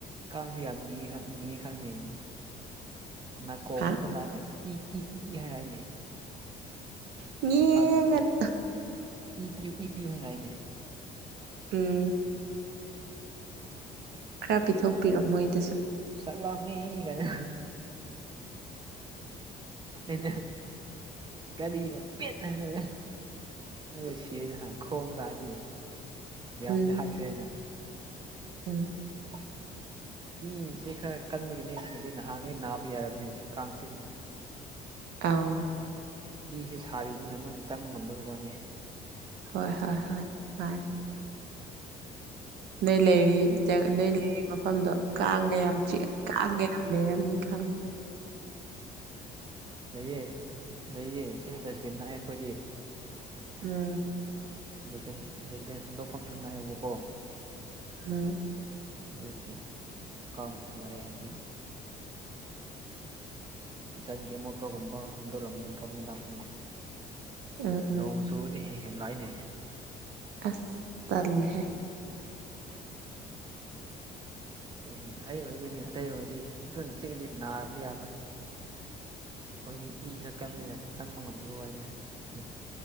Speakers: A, on the right; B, on the right.
A: ꯀꯥꯡꯁꯤ ꯌꯥꯝ ꯅꯤ ꯈꯪ ꯅꯤꯈꯪꯅꯦꯗꯨꯅ ꯅꯥꯀꯣꯡꯗꯇ
B: ꯍꯥ
A: ꯂꯥꯛꯄꯦ ꯏ ꯏ ꯏ ꯏ ꯍꯥꯏꯔꯏꯅꯦ
B: ꯎꯝ ꯌꯦꯡꯒꯅꯨ
A: ꯀꯥꯁꯤꯡꯁꯦ ꯏ ꯄꯤꯌꯨ ꯏ ꯄꯤꯌꯨ ꯍꯥꯏꯅ ꯍꯥꯏꯅꯦ
B: ꯎꯝ ꯈꯔ ꯄꯤꯊꯣꯛꯄꯤꯔꯣ ꯃꯣꯏꯗ
A: ꯆꯥꯛ ꯂꯥꯝꯃꯦ ꯀꯥꯏꯅ ꯑꯩꯅ ꯀꯔꯤꯅ ꯄꯦꯠ ꯊꯥꯖꯤꯜꯂꯦ ꯑꯗꯨꯗ ꯁꯤꯔꯦꯅꯦꯍꯥ ꯈꫭꯡꯉ ꯂꯥꯛꯑꯗꯤ ꯌꯥꯝꯗꯤ
B: ꯎꯝ
A: ꯍꯥꯠꯈ꯭ꯔꯦ ꯑꯩꯅ
B: ꯎꯝ
A: ꯎꯝ <unintelligible> ꯏ ꯁꯦ ꯈꯔ ꯀꯟꯕꯒꯤꯅꯦ ꯅꯠꯇꯔꯗꯤ ꯅꯍꯥꯟꯗꯒꯤ ꯅꯥꯕ ꯌꯥꯔꯝꯅꯩ ꯀꯥꯡꯆꯤꯛ
B: ꯑꯧ
A: ꯏꯁꯦ ꯁꯥꯔꯤꯕꯅꯤꯅ ꯃꯣꯏꯅ ꯆꯪꯕ ꯉꯝꯗꯕꯩ ꯋꯥꯅꯦ
B: ꯍꯣꯏ ꯍꯣꯏ ꯍꯣꯏ ꯃꯥꯅꯤ ꯅꯣꯏ ꯂꯩꯔꯤꯗꫭ ꯅꯣꯏ ꯂꯩꯔꯤ ꯃꯐꯝꯗꯣ ꯀꯥꯡꯒ ꯌꯥꯝ ꯆꯤꯛ ꯀꯥꯡꯒ ꯌꯥꯝ ꯂꯩꯔꯝꯅꯤ ꯈꯪꯉꯦ
A: ꯂꯩꯌꯦ ꯂꯩꯌꯦ ꯁꯦ ꯗꯁꯕꯤꯟ ꯅꯛꯑꯦ ꯑꯩꯈꯣꯏꯗꯤ
B: ꯎꯝ
A: ꯗꯁꯕꯤꯟ ꯗꯁꯕꯤꯟ ꯍꯨꯟꯗꯣꯛꯐꯝꯁꯨ ꯅꯛꯑꯦꯕꯀꯣ
B: ꯎꯝ
A: ꯑꯗꯨꯕꯨꯗꯤ ꯀꯥꯝꯒꯤ ꯂꯥꯛꯑꯦ ꯍꯥꯏꯗꯤ ꯀꯤꯠꯆꯟꯒꯤ ꯑꯃꯣꯠꯄꯒꯨꯝꯕ ꯍꯨꯟꯗꯣꯔꯝꯕ ꯃꯐꯝꯗꯨ ꯂꯥꯛꯄꯅꯤ
B: ꯎꯝ ꯎꯝ
A: ꯅꯣꯡ ꯆꯨꯔꯗꯤ ꯍꯦ ꯍꯦꯟ ꯂꯥꯛꯏꯅꯦ
B: ꯑꯁ ꯇꯜꯂꯦꯍꯦ
A: <inaudible> ꯑꯗꯨꯅꯦ ꯑꯩ ꯑꯣꯏꯕꯒꯤꯅꯦ ꯑꯇꯩ ꯑꯣꯏꯔꯗꯤ ꯐꯣꯏꯅ ꯆꯦꯡꯗꯤ ꯅꯥꯔ ꯌꯥꯕꯅꯤ ꯑꯩꯈꯣꯏꯗꯤ ꯏ ꯈꯔ ꯀꯃꯤꯅ ꯆꯪꯕ ꯉꯝꯂꯨ <unintelligible>